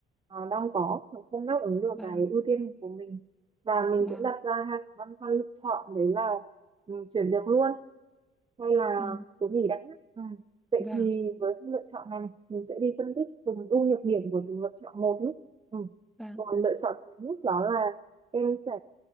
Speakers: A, on the right (about 25°); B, in the centre.
A: à, đang có nó không đáp ứng được
B: vâng
A: cái ưu tiên của mình và mình
B: vâng
A: cũng đặt ra hai cái băn khoăn lựa chọn đấy là ừ, chuyển việc luôn hay là
B: Ừ,
A: số nghỉ đã ừ. vậy
B: vâng
A: thì với các lựa chọn này mình sẽ đi phân tích từng ưu nhược điểm của từng lựa chọn một nhé ừ.
B: vâng
A: còn lựa chọn thứ nhất đó là em sẽ